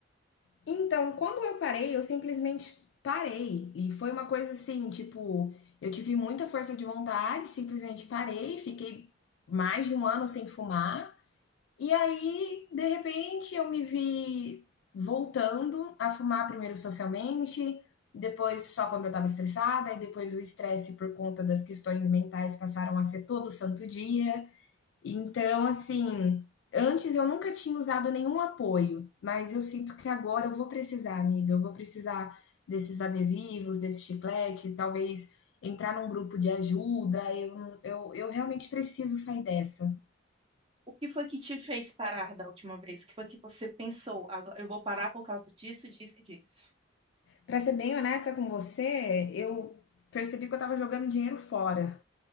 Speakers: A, on the left (about 70°); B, on the right (about 30°).
A: Então, quando eu parei, eu simplesmente parei. E foi uma coisa assim, tipo, eu tive muita força de vontade, simplesmente parei, fiquei mais de um ano sem fumar. E aí, de repente, eu me vi voltando a fumar primeiro socialmente, depois só quando eu estava estressada, e depois o estresse por conta das questões mentais passaram a ser todo santo dia. Então, assim, antes eu nunca tinha usado nenhum apoio, mas eu sinto que agora eu vou precisar, amiga, eu vou precisar desses adesivos, desse chiclete, talvez entrar num grupo de ajuda. Eu, eu, eu realmente preciso sair dessa.
B: O que foi que te fez parar da última vez? O que foi que você pensou? Agora eu vou parar por causa disso, disso e disso.
A: Pra ser bem honesta com você, eu percebi que eu tava jogando dinheiro fora.